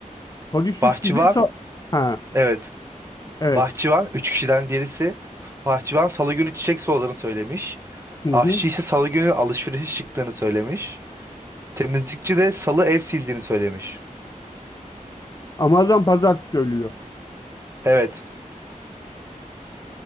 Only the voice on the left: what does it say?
Polis
üç kişi sa- Ha,
evet.
Hı hı.
Ama adam pazartesi ölüyor.